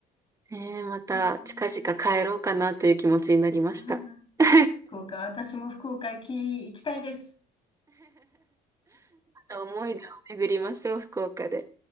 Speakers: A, on the right (about 20°); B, on the left (about 30°).
A: ねえ、また近々帰ろうかなという気持ちになりました。
B: うん <laughs> あー
A: <laughs> ま
B: 福岡、私も福岡行き、行きたいです。
A: た思い出を巡りましょう、福岡で。